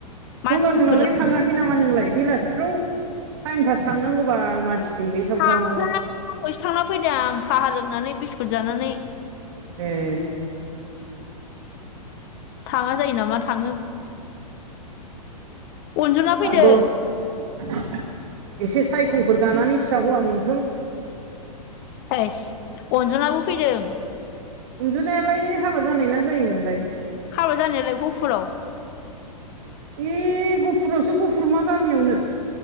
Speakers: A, on the left (about 40°); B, on the right (about 50°).
A: मानसिफोर
B: गंगार मोनावलाय थाङा? खै नामा नोंलाय बेलासिफ्राव टाइम पास थांनांगौबाल मानसि दैबायथावथाव।
A: थाङा दहायसो थांना फैदों आं साहा लोंनानै बिस्कुट जानानै।
B: ए।
A: थाङा जायो नामा थाङो। अनजना फैदों
B: थांनांगौ <inaudible> एसे सायखंफोर गानानै फिसा हौवा मोनथों।
A: थोस अनजनाबो फैदों।
B: अनजुनायालाय हाबा जानाय ना जायिमोनलाय?
A: हाबा जानायालाय गहफुराव।
B: ए गफुरावसो गफुर मा गामियावनो?